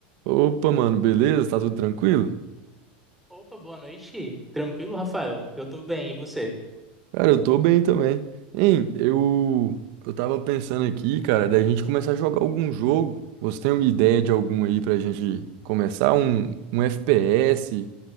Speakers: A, on the right; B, in the centre.
A: Opa, mano, beleza? Tá tudo tranquilo?
B: Opa, boa noite. Tranquilo, Rafael? Eu tô bem, e você?
A: Cara, eu tô bem também. Hein, eu eu tava pensando aqui, cara, da gente começar a jogar algum jogo. Você tem uma ideia de algum aí pra gente começar? Um, um FPS?